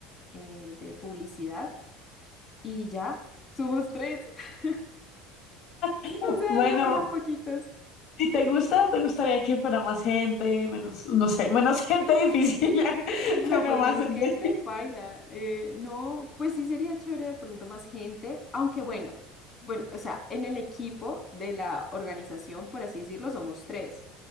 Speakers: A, on the left; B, on the left.
A: eh, de publicidad, y ya, somos tres, <laughs>
B: <clears throat>
A: o sea,
B: Bueno,
A: somos re poquitos.
B: si te gusta, te gustaría que fuera más gente, menos, no sé, menos <laughs> gente difícil, <laughs>
A: No,
B: pero
A: pues
B: más
A: menos
B: gente.
A: gente, paila. Eh, no, pues sí sería chévere de pronto más gente, aunque bueno, bueno, o sea, en el equipo de la organización, por así decirlo, somos tres,